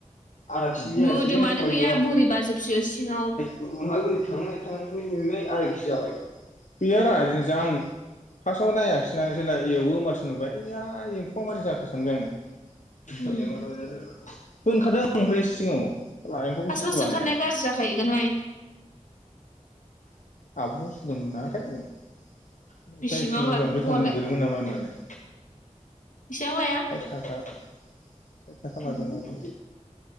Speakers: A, on the left; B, on the left.
A: आदा केजि जायासैलै
B: मोदोमानो
A: फवासेल'
B: गैया बोरिबाजोबसो सिङाव
A: <unintelligible> गैयारा जिनिसा आं फार्स्टआव नायाखासैना जेला एवो होमबा नुबाय जा एम्फौआ मारै जाखो सानबाय आङो। <unintelligible>
B: उम
A: <unintelligible> सिगाङाव साला एम्फौखौसो
B: फास्ट
A: सुवा
B: फास्ट ओंखारनाया
A: होननानै
B: गाज्रि जाखाहैगोनहाय।
A: <unintelligible> ओमफ्राय
B: बेसेबां
A: सोंबावबाय
B: लाखो
A: आं गोथां
B: फवालाय
A: दंदेरोमोन नामा होननानै
B: बेसेबां लाया
A: साइथ थाखा साइथ थाखा
B: उम
A: लादों नामा?